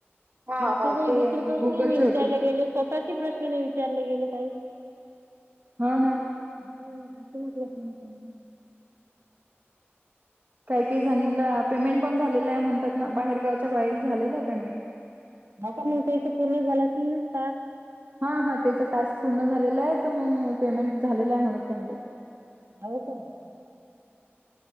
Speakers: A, on the right (about 45°); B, on the right (about 75°).
A: हा
B: बागकी
A: हा
B: काही
A: ते
B: दुसरे प्रश्न
A: गुगलचे
B: नाही विचारयला
A: होते
B: गेले स्वतः ती प्रश्न नाही विचारले गेले काही.
A: हो ना.
B: नाही घसटलं त.
A: काय काही जाणींला पेमेंट पण झालेलं आहे म्हणतात ना बाहेरगावच्या बाहेर झालेलं आहे पेमेंट
B: ह का मग ते इथे पूर्ण झालं असेल का.
A: हा हा त्याचा टास्क पूर्ण झालेला आहे तर मग पेमेंट झालेलं आहे म्हणत त्यांगली
B: हो का